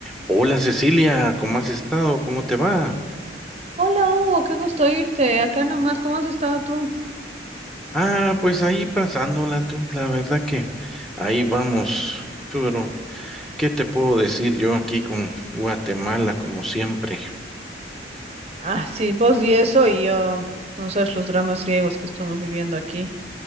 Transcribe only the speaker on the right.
Hola Hugo, qué gusto irte Acá nomás, ¿cómo has estado tú?
Ah, sí, vos y eso y yo, no sabes los dramas griegos que estamos viviendo aquí.